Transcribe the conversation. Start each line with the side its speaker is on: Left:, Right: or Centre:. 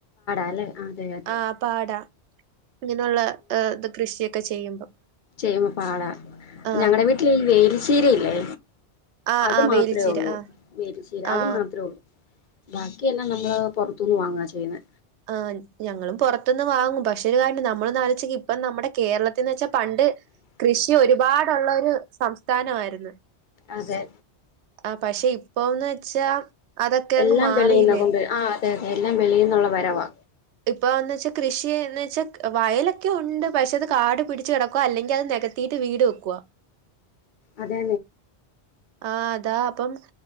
Left: അല്ല അതെ അതെ
Right: ആ പാടാ ഇങ്ങനെയുള്ള ഇത് കൃഷിയൊക്കെ ചെയ്യുമ്പം
Left: ചെയ്യമ്മപാട
Right: ആ
Left: ഞങ്ങളടെ വീട്ടില് ഈ വേലിചിരയില്ലേ
Right: ആ
Left: അത്
Right: ആ
Left: മാത്രമേ
Right: വേലിച്ചീര
Left: ഉള്ളൂ
Right: ആ
Left: വേലിചീര
Right: ആ
Left: അത് മാത്രമേ ഉള്ളു ബാക്കിയെല്ലാം നമ്മളെ പുറത്തുനിന്ന് വാങ്ങാ ചെയ്യുന്നേ
Right: ആ ഞങ്ങളും പുറത്തുന്ന് വാങ്ങും പക്ഷേ ക നമ്മൾ നനച്ച ഇപ്പ നമ്മുടെ കേരളത്തിന്ന് വെച്ചാൽ പണ്ട് കൃഷി ഒരുപാട് ഉള്ളൊരു സംസ്ഥാനമായിരുന്നു
Left: അതെ
Right: ആ പക്ഷെ ഇപ്പൊന്ന് വെച്ചാ അതൊക്കെ
Left: എല്ലാം
Right: അങ്ങ് മാറിയില്ലേ
Left: വെളിയിന്ന കൊണ്ട് ആ അതെ അതെ എല്ലാം വെളീന്നുള്ള വരവാ
Right: അപ്പോ എന്താന് വച്ചാൽ കൃഷിയന്ന് വെച്ചാൽ വയലൊക്കെ ഉണ്ട് പക്ഷെ അതെ കാടു പിടിച്ച് കിടക്കവാ അല്ലെങ്കിൽ അത് നികത്തിട്ട് വീട് വെക്കുവ
Left: അതെ
Right: ആ അതാ അപ്പം